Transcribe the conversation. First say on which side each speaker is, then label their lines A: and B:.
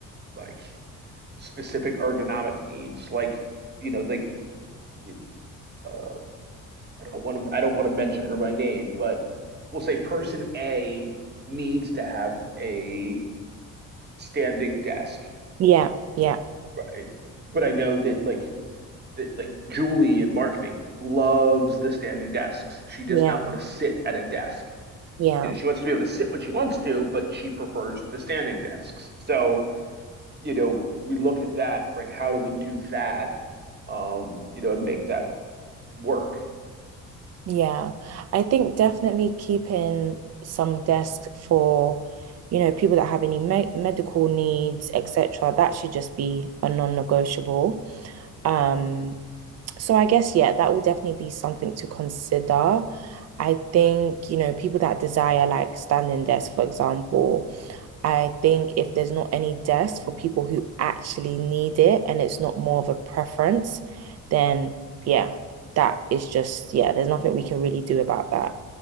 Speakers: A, on the right; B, on the right.
A: like specific ergonomic needs, like, you know, like you- uh, I don't want to I don't want to mention her by name, but we'll say person A needs to have a standing desk,
B: yeah, yeah,
A: right? But I know that like that like Julie in marketing loves the standing desks. She does
B: yeah,
A: not want to sit at a desk.
B: yeah,
A: You know, she wants to be able to sit when she wants to, but she prefers the standing desks. So, you know, we look at that, right? How do we do that? Um, you know, and make that work.
B: yeah. I think definitely keeping some desk for, you know, people that have any me medical needs, etc. That should just be a non-negotiable. Um, so I guess yeah, that will definitely be something to consider. I think, you know, people that desire like standing desk, for example. I think if there's not any desk for people who actually need it and it's not more of a preference, then yeah, that is just, yeah, there's nothing we can really do about that.